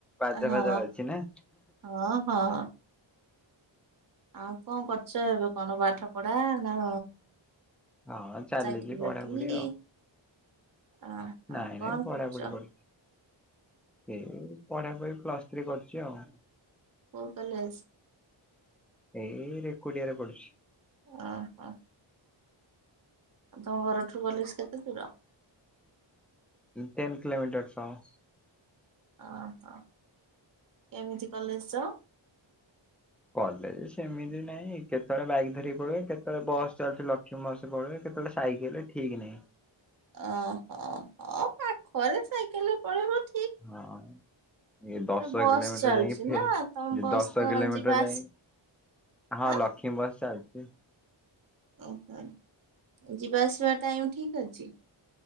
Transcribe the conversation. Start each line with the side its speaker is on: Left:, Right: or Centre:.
Centre: ବାଜା
Right: ହଁ
Centre: ଫାଜା ବାଜୁଛି ନା।
Right: ହଁ ହଁ। ଆଉ କଁ କରୁଛ ଏବେ କଣ ପାଠ ପଢା ନା
Centre: ହଁ ଚାଲିଛି
Right: ଚାକିରି
Centre: ପଢାପଢି
Right: ବାକିରି?
Centre: ଆଉ।
Right: ଓହୋ
Centre: ନାଇଁ
Right: କଣ
Centre: ନାଇଁ ପଢ଼ାପଢ଼ି
Right: କରୁଛ
Centre: କରୁଚି। ଏଇ ପଢା ପଢି ପ୍ଲସ ଥ୍ରୀ କରଚି ଆଉ।
Right: କୋଉ କଲେଜ?
Centre: ଏଇ ରେକୁଟିଆରେ ପଡୁଛି।
Right: ଆଁ ହାଁ। ଆଉ ତମ ଘରଠୁ କଲେଜ କେତେ ଦୂର?
Centre: ଟେନ କିିଲୋମିଟର୍ସ ହବ।
Right: ଅ ହ କେମିତି କଲେଜ ଯାଅ?
Centre: କଲେଜ ସେମିତି ନାହିଁ କେତେବେଳେ ବାଇକ ଧରିକି ପଳୁଏ କେତେବେଳେ ବସ୍ ଚାଲୁଚି ଲକ୍ଷ୍ମୀ ବସ। ପଳୁଏ କେତଳେ ସାଇକେଲ ଠିକ୍ ନାହିଁ।
Right: ଓହୋ ହ ପାଖରେ ସାଇକେଲରେ ପଳେଇବ ଠିକ।
Centre: ହଁ। ଏ ଦଶ
Right: ବସ୍
Centre: କିଲୋମିଟର
Right: ଚାଲୁଛି
Centre: ଯାଇକି
Right: ନା ତମ
Centre: ଫେ
Right: ବସ୍
Centre: ଦଶ କିଲୋମିଟର
Right: ଯିବା
Centre: ଯାଇ
Right: ଆସିବା
Centre: ହଁ
Right: ଆଁ
Centre: ଲକ୍ଷ୍ମୀ ବସ୍ ଚାଲ
Right: <unintelligible> ଯିବା ଆସିବା ଟାଇମ ଠିକ ଅଛି।